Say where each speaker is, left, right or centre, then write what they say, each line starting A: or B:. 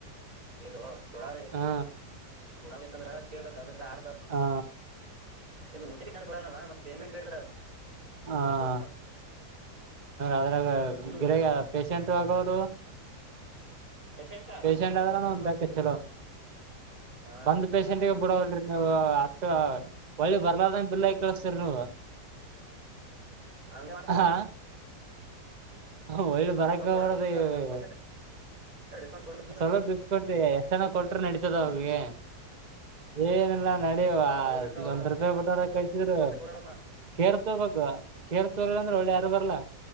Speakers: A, on the right; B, on the right.
A: ಕೇಳೋ ಕೊಡಾದ
B: ಹಾ
A: ಕೊಡಂಗಿತ್ತಂದ್ರ ಕೇಳ್ಬೇಕ್ ಅದಕ್ ಆತ ದ್
B: ಹಾ
A: ಇದು ಊಟಿಕ್ಕೆ ತಂದು ಕೊಡಲಲ್ಲಾ ಮತ್ತ ಪೇಮೆಂಟ್ <inaudible>
B: ಹಂ
A: ಸತ್ತೋತ ನಾವು
B: ಅದ್ರಾಗ
A: ಹ್ಮ್
B: ಗಿರಗ್ ಪೇಶೆಂಟ್ ಆಗೋದು
A: ಪೇಶೆಂಟ್ ಆಗಲ್ಲ
B: ಪೇೇಶೆಂಟ್ ಆದ್ರನು
A: ಮತ್ತೇನ್
B: ಒಂದ್
A: ಮಾಡ್ತೇಪ್ಪ
B: ಸಾರಥಿ ಚಲೋ
A: ಹಾ
B: ಒಂದ್ ಪೇಷೆಂಟ್ಗೆ ಬಿಡಲ್ರಿ ನೀವು ಅಷ್ಟ ಒಳ್ಳಿ ಬರ್ಲಾರದಂಗೆಬಿಲ ಕಳಸ್ತೀ ವು
A: ಹಂಗೆ ಮಾಡ್ತಾನ
B: ಹಾ ಹ ಒಳ್ಳೆ ಬರಕ್ಕೆ
A: ಡಿಸ್ಕೌಂಟ್
B: ಹೋಗಬಾರದು
A: ಕೊಡಲ್ಲ ಏನಿಲ್ಲ
B: ಇವರಿಗೆ
A: ಒಂದ್ ಹತ್ತು ಪರ್ಸೆಂಟ್ ಡಿಸ್ಕೌಂಟ್ ಕೊಡ್ಬೇಕಿಲ್ಲ
B: ಒಂದು ಸಲ ಬಿಲ್ ಕಟ್ರಿ ಎಷ್ಟ ಜನ ಕೊಟ್ರ ನಡತದ
A: ಹ್ಮ್
B: ಅವಿರಿಗೆ ಏನಲ್ಲ ನಡಿ
A: ಬಾ ಬಡವರು ಇರ್ತಾವ
B: ಒಂದ್ ರೂಪಾಯಿ ಬಿಟ್ಟಾರ ಕೈಸಿದ್ರರು
A: ಡಿಸ್ಕೌಂಟ್ ಕೊಡಲ್ಲಪ್ಪಾ
B: ಕೇರ್ ತಗೋಬೇಕು ಕೇರ್ ತಗೊಳ್ಳಿಲ್ಲ ಅಂದ್ರೆ ಒಳ್ಳೆ ಯಾರು ಬರ್ಲ್ಲಾ